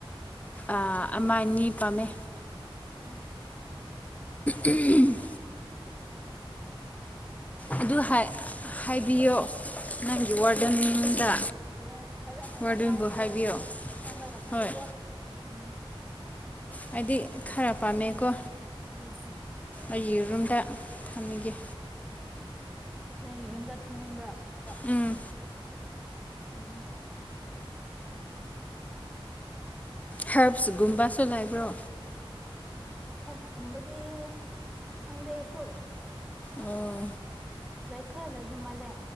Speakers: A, on the left (about 15°); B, in the centre.
A: ꯑ ꯑꯃ ꯑꯅꯤ ꯄꯥꯝꯃꯦ
B: ꯎꯝ ꯄꯤꯒꯦ
A: ꯎꯎꯝ ꯑꯗꯨ ꯍꯥꯏ ꯍꯥꯏꯕꯤꯌꯣ ꯅꯪꯒꯤ ꯋꯥꯔꯗꯦꯟꯗ
B: ꯐꯔꯦ ꯍꯣꯏ ꯍꯥꯏꯔꯛꯑꯅ
A: ꯋꯥꯔꯗꯦꯟꯕꯨ
B: ꯍꯥꯡꯉꯒ
A: ꯍꯥꯏꯕꯤꯌꯣ
B: <unintelligible>
A: ꯍꯣꯏ
B: ꯎꯝ
A: ꯍꯥꯏꯗꯤ ꯈꯥꯔ ꯄꯥꯝꯃꯦꯀꯣ
B: <unintelligible>
A: ꯑꯩ ꯌꯦꯔꯨꯝꯗ ꯊꯝꯃꯒꯦ
B: ꯅꯪꯒꯤ ꯌꯨꯝꯗ ꯊꯝꯅꯤꯡꯕ꯭ꯔꯥ
A: ꯎꯝ
B: ꯎꯝ
A: ꯍꯦꯜꯞꯁ ꯒꯨꯝꯕꯁꯨ ꯂꯩꯕ꯭ꯔꯣ
B: ꯍꯦꯜꯞꯁ ꯀꯨꯝꯕꯗꯤ ꯈꯪꯗ ꯑꯩꯁꯨ
A: ꯑꯣ
B: ꯂꯩ ꯈꯥꯔ ꯂꯩꯕ ꯃꯥꯜꯂꯦ